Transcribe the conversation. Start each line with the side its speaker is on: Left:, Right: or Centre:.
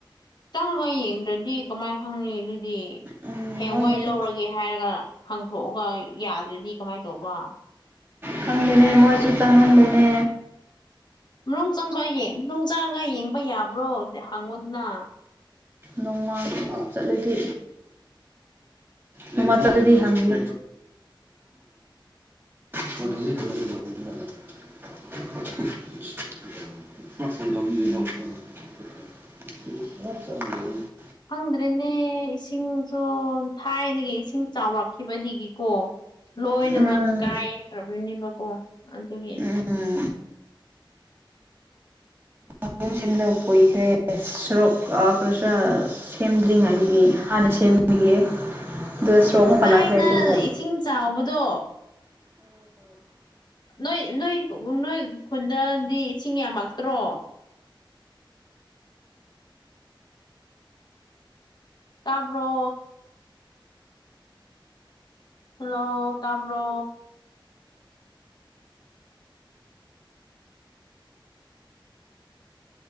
Left: ꯆꯪꯉꯒ ꯌꯦꯡꯗ꯭ꯔꯗꯤ ꯀꯃꯥꯏ ꯈꯪꯅꯤ ꯑꯗꯨꯗꯤ
Right: ꯎꯝ
Left: ꯍꯌꯦꯡ
Right: ꯃꯣꯏꯅꯁꯨ
Left: ꯋꯥꯏ ꯂꯧꯔꯒꯦ ꯍꯥꯏꯔꯒ ꯍꯥꯡꯊꯣꯛꯑꯒ ꯌꯥꯗ꯭ꯔꯗꯤ ꯀꯃꯥꯏꯅ ꯇꯧꯕ
Right: ꯈꯪꯗꯦꯅꯦ ꯃꯣꯏꯁꯨ ꯆꯥꯡꯍꯟꯗꯦꯅꯦ
Left: ꯃꯅꯨꯡ ꯆꯪꯕ ꯌꯦꯡ ꯅꯨꯡ ꯆꯪꯉꯒ ꯌꯦꯡꯕ ꯌꯥꯕ꯭ꯔꯣ ꯍꯪꯉꯨꯗꯅ
Right: ꯅꯣꯡꯃꯥꯡ ꯆꯠꯂꯗꯤ ꯅꯣꯡꯃ ꯆꯠꯂꯗꯤ ꯍꯪꯒꯦ <unintelligible>
Left: ꯎꯝ
Right: <unintelligible>
Left: ꯈꯪꯗ꯭ꯔꯦꯅꯦ ꯏꯁꯤꯡꯁꯨ ꯊꯥꯏꯅꯒꯤ ꯏꯁꯤꯡ ꯆꯥꯎꯔꯛꯈꯤꯕꯗꯒꯤꯀꯣ ꯂꯣꯏꯅꯃꯛ
Right: ꯎꯝ
Left: ꯀꯥꯏꯈ꯭ꯔꯥꯕꯅꯦꯕꯀꯣ ꯑꯗꯨꯒꯤ
Right: ꯎꯝ ꯑꯥ ꯏꯁꯤꯡꯁꯤꯗ ꯀꯨꯏꯈ꯭ꯔꯦ ꯁꯔꯣꯛ ꯑꯒꯁꯥ ꯁꯦꯝꯗ꯭ꯔꯤꯉꯩꯗꯒꯤ ꯍꯥꯟꯅ ꯁꯦꯝꯃꯤꯒꯦ ꯗꯁ꯭ꯔꯣꯑꯣ ꯃꯨꯛꯀ
Left: ꯊꯥꯏꯅ
Right: ꯂꯈ꯭ꯔꯦ ꯑꯗꯨ ꯑꯣ
Left: ꯏꯁꯤꯡ ꯆꯥꯎꯕꯗꯣ ꯅꯣꯏ ꯅꯣꯏ ꯅꯣꯏ ꯈꯨꯟꯗꯗꯤ ꯏꯁꯤꯡ ꯌꯥꯝꯃꯛꯇ꯭ꯔꯣ ꯇꯥꯕ꯭ꯔꯣ ꯍꯜꯂꯣ ꯇꯥꯕ꯭ꯔꯣ